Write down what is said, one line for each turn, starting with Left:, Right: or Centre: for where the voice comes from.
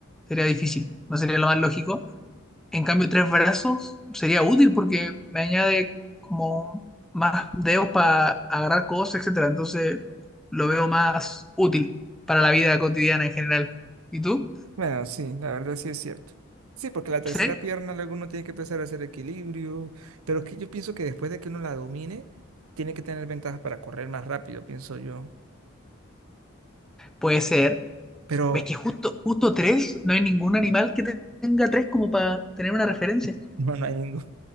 Centre: Sería difícil. No sería lo más lógico. En cambio, tres brazos sería útil porque me añade como más dedos para agarrar cosas, etcétera. Entonces, lo veo más útil para la vida cotidiana en general. ¿Y tú?
Right: Bueno, sí, la verdad sí es cierto. Sí, porque la tercera
Centre: Sí,
Right: pierna luego uno tiene que empezar a hacer equilibrio, pero es que yo pienso que después de que uno la domine, tiene que tener ventajas para correr más rápido, pienso yo.
Centre: puede ser.
Right: Pero
Centre: Es que justo, justo tres, no hay ningún animal que tenga tres como para tener una referencia.
Right: <laughs> no, no hay ninguno.